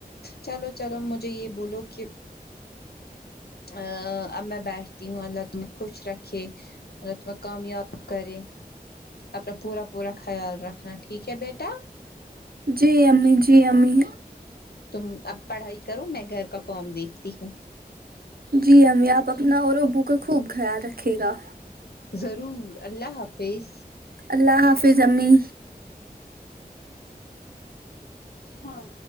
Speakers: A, on the left; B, on the right.
A: چلو چلو مجھے یہ بولو کہ ا اب میں بیٹھتی ہوں اللہ تمہیں خوش رکھے الله تمہیں کامیاب کرے اپنا پورا پورا خیال رکھنا ٹھیک ہے بیٹا
B: جی امی جی امی
A: تم اب پڑھائی کرو میں گھر کا کاوم دیکھتی ہوں
B: جی امی آپ اپنا اور ابو کا خوب خیال رکھے گا
A: ضرور اللہ حافظ
B: اللہ حافظ امی
A: ہاں